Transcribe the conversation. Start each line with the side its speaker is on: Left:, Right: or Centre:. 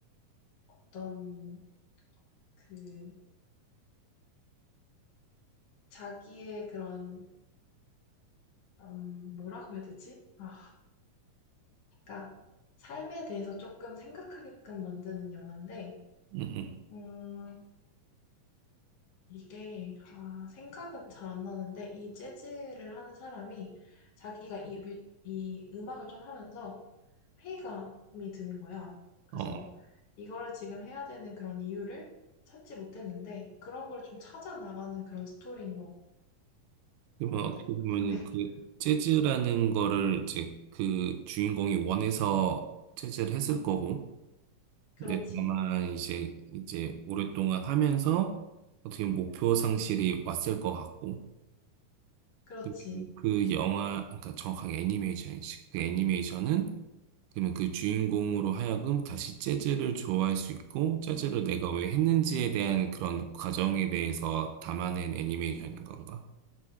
Left: 어떤 그 자기의 그런 음, 뭐라고 해야 되지? 아, 그러니까 삶에 대해서 조금 생각하게끔 만드는 영화인데,
Right: 응, 응.
Left: 음, 이게 아, 생각은 잘 안 나는데 이 재즈를 하는 사람이 자기가 이, 뮤, 이 음악을 좀 하면서 회의감이 드는 거야. 그래서
Right: 어,
Left: 이거를 지금 해야 되는 그런 이유를 찾지 못했는데 그런 걸 좀 찾아 나가는 그런 스토리인 거,
Right: 그러면
Left: 거든
Right: 어떻게 보면은
Left: 근데 <laughs>
Right: 그 재즈라는 거를 이제 그 주인공이 원해서 재즈를 했을 거고,
Left: 그렇지,
Right: 근데 다만 이제 이제 오랫동안 하면서 어떻게 보면 목표 상실이 왔을 것 같고,
Left: 그렇지.
Right: 그, 그 영화, 그러니까 정확하게 애니메이션이지. 그 애니메이션은 그러면 그 주인공으로 하여금 다시 재즈를 좋아할 수 있고 재즈를 내가 왜 했는지에 대한 그런 과정에 대해서 담아낸 애니메이션인 건가?